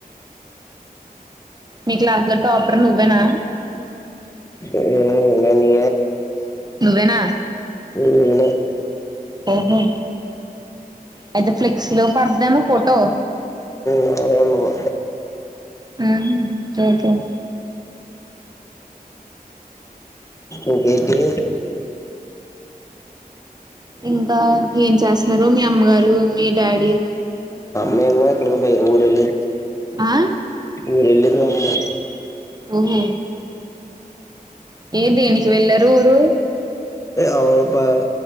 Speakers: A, on the right; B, on the left.
A: మీ క్లాస్ లో టాపర్ నువ్వేనా
B: ఊ నేనే
A: నువ్వేనా
B: నేనే
A: ఓహో అయితే ఫ్లెక్స్ లో పడిద్దేమో ఫోటో
B: నాదే ఉండదు
A: ఊహు చదువుతావ్
B: ఇంకేంటి
A: ఇంకా ఏం చేస్తున్నారు మీ అమ్మగారు మీ డాడీ
B: మేమా ఇక్కడ ఊరెళ్ళి
A: ఆ
B: ఊరెళ్ళినాము
A: ఓహో ఏ దేనికి వెళ్ళరు ఊరు
B: అవును పా